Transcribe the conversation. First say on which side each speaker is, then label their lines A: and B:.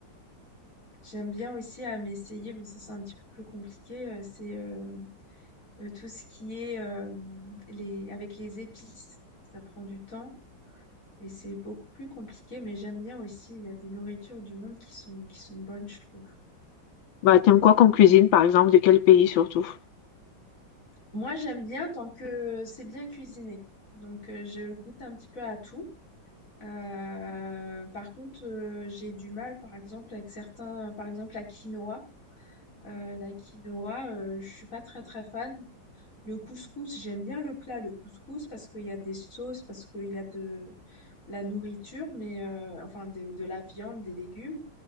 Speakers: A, on the left; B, on the left.
A: J'aime bien aussi à m'essayer, mais ça, c'est un petit peu plus compliqué. euh, c'est euh, euh, tout ce qui est euh, les, avec les épices. Ça prend du temps. Et c'est beaucoup plus compliqué, mais j'aime bien aussi. Il y a des nourritures du monde qui sont, qui sont bonnes, je trouve.
B: Bah, t'aimes quoi comme cuisine, par exemple, de quel pays surtout?
A: Moi, j'aime bien tant que c'est bien cuisiné. Donc, euh, je goûte un petit peu à tout. Euh, par contre, euh, j'ai du mal, par exemple, avec certains, par exemple, la quinoa. Euh, la quinoa, euh, je suis pas très, très fan. Le couscous, j'aime bien le plat, le couscous, parce qu'il y a des sauces, parce qu'il y a de la nourriture, mais euh, enfin de de la viande, des légumes.